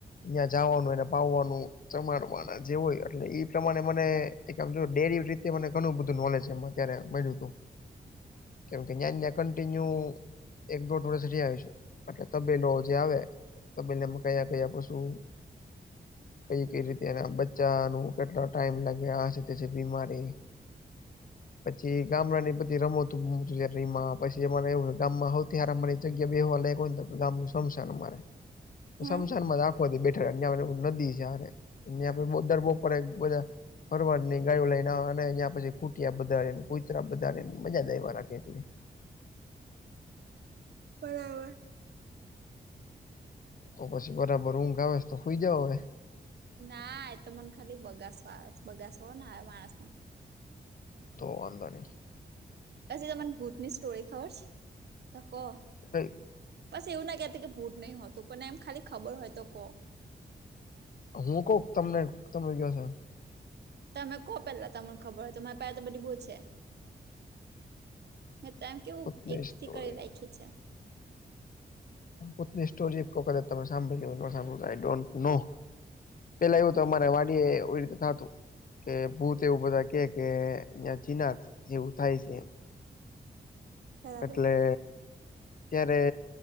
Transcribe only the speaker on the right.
હમ
હે
બરાબર.
ના એતો મને ખાલી બગાસો આવે છે બગાસો હો ને આવે માણસ
આજ તમાને ભુથની સ્ટોરી ખબર છે ત કો.
બસ એવું ના કહેતી કે ભૂત નહી હોતું પણ એમ ખાલી ખબર હોય તો કોહ.
તમે કો પેલા તમને ખબરય મારે પહેલા તો બધી બહુ છે. તમ કેવું
એક
થી કરી રાખી છે.
બરાબર.